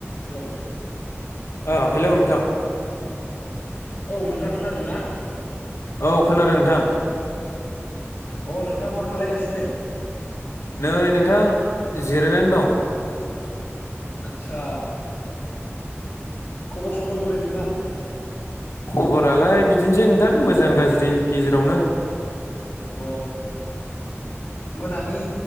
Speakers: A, on the left; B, on the left.
A: Hello.
B: ओ hello नोंथां
A: औ नोंथां खोनादोंना?
B: औ खोनादों नोंथां
A: अ नोंथां मा खालायगासिनो?
B: नै नोंथां जिरायनानै दं।
A: आतसा खबर सबर बोरै नोंथां?
B: खबरालाय बिदिनोसै नोंथां मोजां गाज्रि गेजेरावनो।
A: अ मोनानि